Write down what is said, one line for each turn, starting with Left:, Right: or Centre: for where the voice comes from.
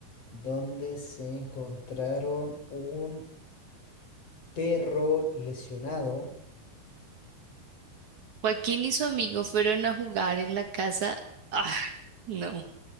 Left: donde se encontraron un perro lesionado.
Right: Joaquín y su amigo fueron a jugar en la casa. Ah, no.